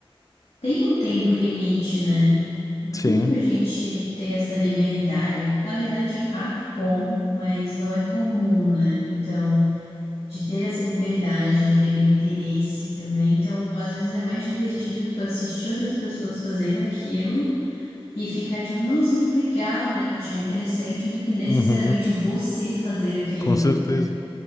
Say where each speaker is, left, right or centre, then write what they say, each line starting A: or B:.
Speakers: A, on the left (about 80°); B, on the left (about 35°).
A: tem um tempo limite, né? Não
B: Sim.
A: tem como a gente ter essa liberdade. Na verdade, há como, mas não é comum, né? Então, de ter essa liberdade, de ter o interesse também. Então, às vezes é mais divertido tu assistir outras pessoas fazendo aquilo E ficar tipo, nossa, que legal, né? Achar interessante do que necessariamente
B: Uhum,
A: você fazer aquilo,
B: com certeza.
A: né?